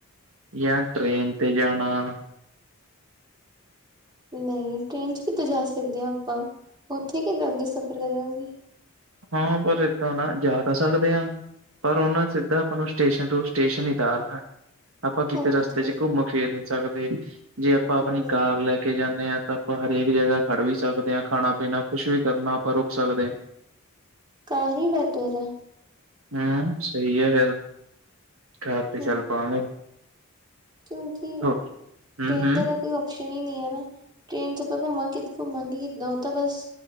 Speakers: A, on the right; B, on the right.
A: ਯਾ ਟਰੇਨ ਤੇ ਜਾਣਾ।
B: ਨਈ ਟ੍ਰੇਨ ਚ ਕਿੱਦਾਂ ਜਾ ਸਕਦੇ ਆ ਆਪਾਂ ਉੱਥੇ ਕਿੱਦਾਂ ਅੱਗੇ ਸਫ਼ਰ ਕਰਾਂਗੇ।
A: ਹਾਂ ਪਰ ਏਦਾਂ ਨਾ ਜਾ ਤਾਂ ਸਕਦੇ ਆ। ਪਰ ਓਨਾ ਸਿੱਧਾ ਆਪਾਂ ਨੂੰ ਸਟੇਸ਼ਨ ਟੂ ਸਟੇਸ਼ਨ ਹੀ ਉਤਾਰਨਾ। ਆਪਾਂ ਕਿਤੇ
B: ਹਾਂਜੀ
A: ਰਸਤੇ ਚ ਘੁੰਮ ਫਿਰ ਨੀ ਸਕਦੇ ਜੇ ਆਪਾਂ ਆਪਣੀ
B: ਹੂੰ
A: ਕਾਰ ਲੈ ਕੇ ਜਾਨੇ ਆ ਆਪਾਂ ਹਰੇਕ ਜਗਾ ਖੜ ਵੀ ਸਕਦੇ ਆ ਖਾਣਾ-ਪੀਣਾ ਕੁਛ ਵੀ ਕਰਨਾ ਆਪਾਂ ਰੁਕ ਸਕਦੇ ਆ।
B: ਕਾਰ ਈ ਬੈਟਰ ਐ।
A: ਹੇ ਸਈ ਐ ਫੇਰ, ਕਾਰ ਤੇ
B: ਹੂੰ
A: ਚੱਲ ਪਾਵਾਂਗੇ।
B: ਕਿਉਂਕਿ
A: ਹਮ ਹਮ
B: ਟ੍ਰੇਨ ਦਾ ਦ ਕੋਈ ਓਪਸ਼ਨ ਹੀ ਨੀ ਹੈ ਨਾ ਟ੍ਰੇਨ ਚ ਆਪਾਂ ਘੁੰਮਾਂ ਕਿ ਘੁੰਮਾਂਗੇ ਕਿੱਦਾਂ ਓ ਤਾਂ ਬਸ